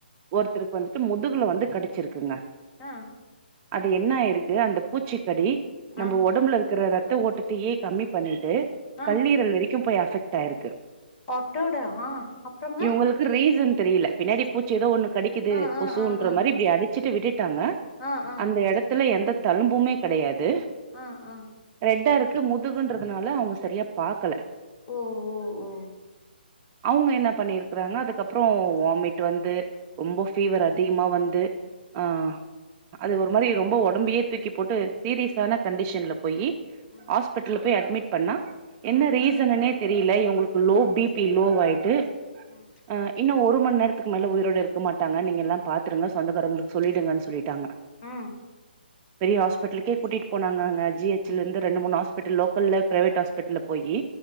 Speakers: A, on the right; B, on the left.
A: ஒருத்தருக்கு வந்துட்டு முதுகுல வந்து கடிச்சிருக்குங்க
B: ஆ
A: அது என்ன ஆயிருக்கு அந்த பூச்சிக்கடி நம்ம
B: ஆ
A: ஒடம்புல இருக்குற ரத் த ஓட்டத்தையே கம்மி பண்ணிட்டு
B: ஆ
A: கல்லீரல் வரைக்கு போய் அஃபெக்ட் ஆயிருக்கு
B: அட்டோட ஆ அப்புறங்க
A: இவுங்களுக்கு ரீசன் தெரியல பின்னாடி பூச்சி ஏதோ ஒண்ணு கடிக்கிது
B: ஆ
A: கொசுன்ற
B: ஆ ஆ ஆ
A: மாரி இப்டி அடிச் சிட்டு விட்டுட்டாங்க
B: ஆ ஆ
A: அந்த எடத்துல எந்த தழும்புமே கெடையாது
B: ஆ ஆ
A: ரெட்டா இருக்கு முதுகுன்றதுனால அவுங்க சரியா பாக்கல
B: ஓ ஓ ஓ
A: அவுங்க என்ன பண்ணிருக்கறாங்க அதுக்கப்பறோ வாமிட் வந்து ரொம்ப
B: ம்
A: ஃபீவர் அதிகமா வந்து ஆ
B: ம்
A: அது ஒரு மாரி ரொம்ப ஒடம்பயே தூக்கி போட்டு சீரியஸான கண்டிஷன்ல போய்
B: ம்
A: ஆஸ் பிடல்ல போய் அட்மிட் பண்ணா என்ன
B: ம்
A: ரீசனுனே தெரியல இவுங்களுக்கு லோ பி பி லோவாயிட்டு
B: ம்
A: ஆ இன்னு ஒரு மணி நேரத்துக்கு மேலே உயிரோடு இருக்க மாட்டாங்க நீங்க எல்லா பாத்துருங்க சொந்தக்காரங்களுக்கு சொல்லிடுங்கன் சொல்லிட்டாங்க
B: ம்
A: பெரிய ஹாஸ்பிடல்க்கே கூட்டிட்டு போனாங்கங்க ஜிஹச்ல இருந்து ரெண்டு மூணு ஹாஸ்பிட்டல் லோக்கல்ல பிரவேட் ஹாஸ்பிட்டல்ல போய்